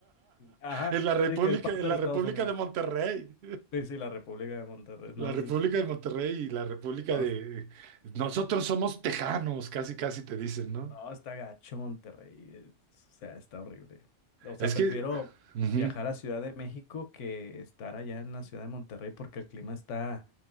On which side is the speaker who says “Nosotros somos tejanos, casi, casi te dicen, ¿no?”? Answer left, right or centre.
Right